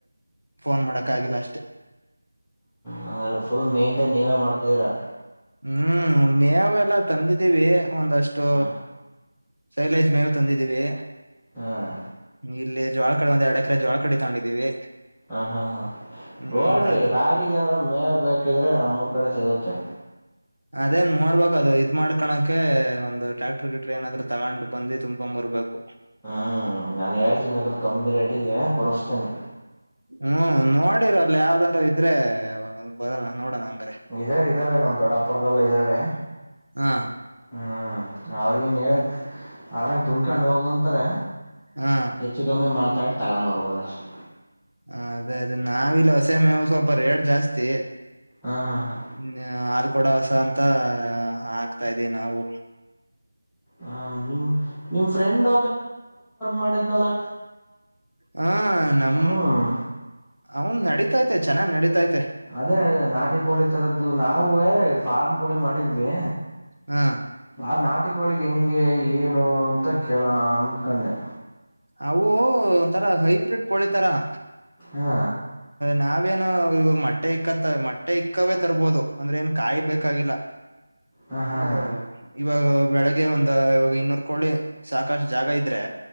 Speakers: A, on the right; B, in the centre.
A: ಫೋನ್ ಮಾಡಕ್ ಆಗಿಲ್ಲ ಅಷ್ಟೇ
B: ಹ್ಮ್ ಫುಲ್ ಮೈಂಟೈನ್ ನೀವೇ ಮಾಡ್ತಿದ್ದೀರಾ
A: ಹ್ಮ್ ಮಾವೆಲ್ಲ ತಂದಿದ್ದೀವಿ ಒಂದಷ್ಟು
B: ಹಾ
A: ಸೈಲಜ್ ಮೇವು ತಂದಿದ್ದೀವಿ
B: ಹ್ಮ್
A: ಇಲ್ಲ ಜ್ವಾಳ ಕಡೆ ಒಂದು ಎರಡ ಎಡೆ ಜೋಳ ಕಡೆ ತಗೊಂಡಿದೀವಿ
B: ಹ ಹಾ ಹಾ
A: ಹ್ಮ್
B: ನೋಡ್ರಿ
A: ಅದು
B: ರಾಗಿ ಜನರ ಮೇವ ಬೇಕಿದ್ರೆ ನಮ್ಮೂರ್ ಕಡೆ ಸಿಗುತ್ತೆ
A: ಅದೇನ್ ನೋಡ್ಬೇಕು ಅದು ಇದ್ ಮಾಡ್ಕೋಕೆ ಒಂದು ಟ್ಯಾಕ್ಟರ್ ಗಿಟರ್ ಏನಾದ್ರು ತಗೊಂಡ್ ಬಂದುಿ ತುಂಬಕೊ್ ಬರ್ಬೇಕು
B: ಹ್ಮ್ ನಾನ್ ಹೇಳ್ತೀಿ ಬೇಕ್ರೆ ಕಮ್ಮಿ ರೇಟ್ ಿಗೆ ಕೊಡಿಸ್ತೇನೆ
A: ಹ್ಮ್ ನೋಡಿರ ಅಲ್ಲ ಯಾವ್ದಾರೂ ಇದ್ರೆ ಬರೋಣ ನೋಡೋಣ ಹಂಗಾರೆ
B: ಇದಾರೆ ಇದಾರೆ ನಮ ದೊಡಾಪುರದಲ್ಲ ಇದ್ದಾವೆ
A: ಹಾ
B: ಹ್ಮ್ ಅವ್ರಗ ನ್ ಹಕ್ ಅವ್ರೇನ್ ತುಂಬ್ಕೊಂಡ್ ಹೋಗಂತಾರೆ
A: ಹಾ
B: ಹೆಚ್ಚು ಕಮ್ಮೆ ಮಾತಾಡ್ ತಗೊಂಬರ್ಬೋದ ಅಷ್ಟು
A: ಹ ಅದೇ ಅದೇ ನಾವ ಇಲ್ಲಿ ಹೊಸೆ ಮೇವಸ ಎಡ್ ಜಾಸ್ತಿ
B: ಹಾ ಹಾ ಹಾ
A: ಹ್ಮ ಆ ಕೊಡವಸ ಅಂತ ಆಗ್ತಾ ಇದ್ದೀವಿ ನಾವು
B: ಹಾ ನಿಮ್ ನಿಮ ಫ್ರೆಂಡ್ ಮಾಡಿದ್ನಲ್ಲ
A: ಹ ನಮ್
B: ಹ್ಮ್
A: ಅವನ್ ನಡೀತಾತೆ ಚೆನ್ನ್ ನಡೀಿತೈತೆ
B: ಅದೇ ಅದ ನಾಟಿ ಕೋಳಿ ತರದ್ದು ನಾವ ಫಾರ್ಮ್ ಕೋಳಿ ಮಾಡಿದ್ವಿ
A: ಹ
B: ಬ ನಾಟಿ ಕಕಳಿದ ಹೆಿಂಗೆ ಏನು ಅಂತ ಕೇಳಣ ಅಂದಕೊಂಡೆ
A: ಅವು ಒಂದ್ತಾರ ಹೈಬ್ರಿಡ್ ಕೋಳಿ ತರ ಹ
B: ಹಾ
A: ನಾ ಬೇ ಅಆ ವ ಇವಾಗ ಮಟ್ಟೆ ಇಕ್ಕತ್ತವೆ ಮೊಟ್ಟೆ ಇಕ್ಕವೇ ತರ್ಬೋದು ಅಂದ್ರೆ ಏನ್ ಕಾಯಿ ಬೇಕಾಗಿಲ್ಲ
B: ಹಾ ಹಾ
A: ಹೊವ್
B: ಹಾ
A: ಇವಾಗ ಬೆಳಗ್ಗೆ ಒಂದ್ ಇವಾಗ ಇನ್ನೂರು ಕೋಳಿ ಸಾಕಷ್ಟು ಜಾಗ ಇದ್ರೆ